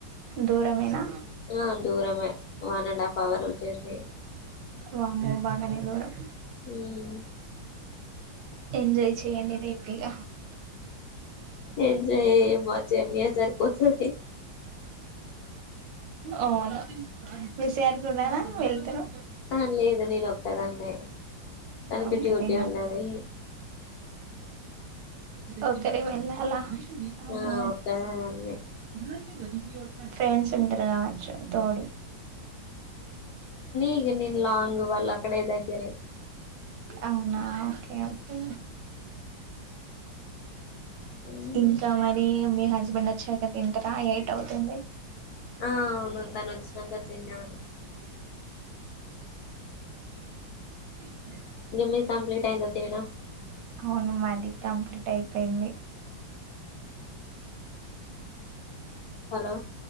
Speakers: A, on the right; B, on the left.
A: దూరమేనా
B: ఆ దూరమే one and half hour journey
A: వామ్మో బాగనే దూరం
B: హ్మ్
A: ఎంజోయ్ చేయండి రేపు ఇగ
B: ఎంజాయ్ ఏమో జర్నీయే సరిపోతది.
A: అవును విసయన్ కూడానా వెళ్తరు
B: ఆ లేదు నేను ఒక్కదాన్నే తనకి
A: ఒక్కరేనా
B: డ్యూటీ ఉన్నది.
A: ఒకరే వెళ్ళాలా అమ్మో
B: ఆ ఒక్క దాన్నే
A: <inaudible> ఫ్రెండ్స్ ఉంటారు కావచ్చు తోడు
B: ఇగ నేన్ లాంగ్ వాల్ అక్కడే దగ్గరే
A: అవునా ఓకే ఓకే
B: హ్మ్
A: ఇంకా మరి మీ హస్బెండ్ వచ్చాక తింటరా ఎయిట్ అవుతుంది.
B: ఆ అవును తను వచ్చినాక తినాలి
A: హ్
B: నిమ్మి ఫ్యామిలీ <unintelligible>
A: అవును మరి కంప్లీట్ అయిపోయింది.
B: హలో